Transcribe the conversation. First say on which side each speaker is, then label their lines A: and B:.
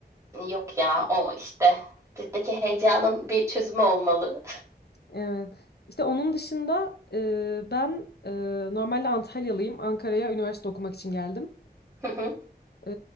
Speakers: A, on the right; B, on the left.
A: Yok ya, o işte bizdeki heyecanın bir çözümü olmalı.
B: Evet. İşte onun dışında e, ben e, normalde Antalyalıyım. Ankara'ya üniversite okumak için geldim.
A: <laughs> Hı hı.
B: E,